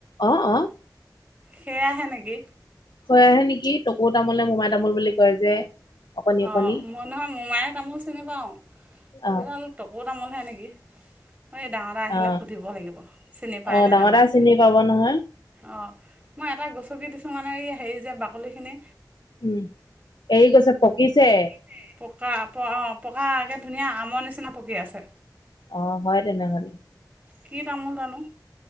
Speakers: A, on the left; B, on the right.
A: অ অ
B: সেয়া হে নেকি।
A: সেয়াহে নেকি টকৌ তামোল নে মোমাই তামোল বুলি কয় যে। অকণি
B: অহ
A: অকণি
B: মই নহয় মোমাই তামোল চিনি পাওঁ
A: অ
B: এডাল টকৌ তামোলহে নেকি। এই ডাঙৰ ডাঙৰ খিলা
A: অ
B: সুধিব লাগিব চিনি পায়
A: অ
B: নে
A: ডাঙৰ
B: নাপায়।
A: দাই চিনি পাব নহয়
B: অ, ' মই এটা গচকি দিছো মানে এই হেৰি যে বাকলি খিনি।
A: উম, এৰি গৈছে পকিছে।
B: কে পকা প অহ পকা আগে ধুনীয়া আমৰ নিচিনা পকি আছে।
A: অ, ' হয় তেনেহলে।
B: কি তামোল জানো